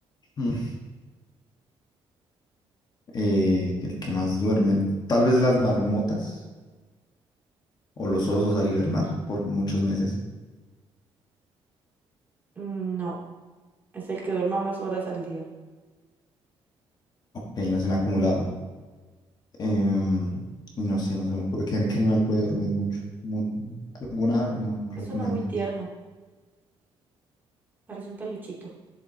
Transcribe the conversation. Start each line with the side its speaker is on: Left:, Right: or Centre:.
Left: Mm. Eh, el que más duerme. Tal vez las marmotas o los osos al hibernar por muchos meses.
Right: Mm, No, es el que duerma más horas al día.
Left: Ok, no se han acumulado. Em, no sé, no se me ocurre qué, qué animal puede dormir mucho. Mu- ¿Alguna ave? No, no creo
Right: Es
Left: que
Right: uno
Left: una
Right: muy
Left: ave.
Right: tierno. Parece un peluchito.